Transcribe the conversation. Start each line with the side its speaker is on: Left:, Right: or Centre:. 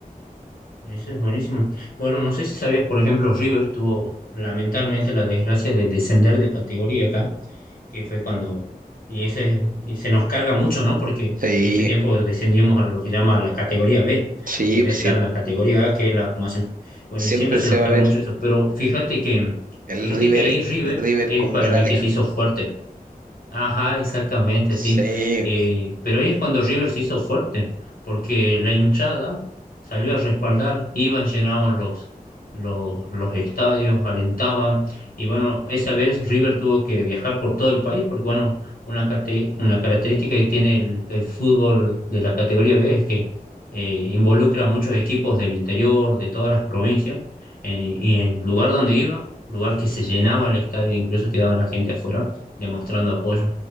Left: eso es buenísimo. Bueno, no sé si sabías, por ejemplo, River tuvo lamentablemente la desgracia de descender de categoría acá que fue cuando... Y, ese, y se nos carga mucho, ¿no? Porque
Right: Sí,
Left: ese tiempo descendimos a lo que llama la categoría B,
Right: sí,
Left: en vez
Right: pues
Left: de estar
Right: sí.
Left: en la categoría A, que es la más... em, Bueno,
Right: Siempre
Left: y siempre se
Right: se
Left: nos
Right: va
Left: carga
Right: a ver
Left: mucho eso, pero fíjate que,
Right: el
Left: fíjate
Right: River,
Left: que ahí River
Right: River
Left: es
Right: con
Left: para
Right: B larga.
Left: mí que se hizo fuerte Ajá, exactamente,
Right: Sí,
Left: sí. Eh, pero ahí es cuando River se hizo fuerte, porque la hinchada salió a respaldar, iban, llenaban los, los, los estadios, alentaban, y bueno, esa vez River tuvo que viajar por todo el país, porque bueno, una, cate- una característica que tiene el, el fútbol de la categoría B es que eh, involucra a muchos equipos del interior, de todas las provincias, eh, y en lugar donde iba, lugar que se llenaba el estadio, incluso quedaba la gente afuera demostrando apoyo.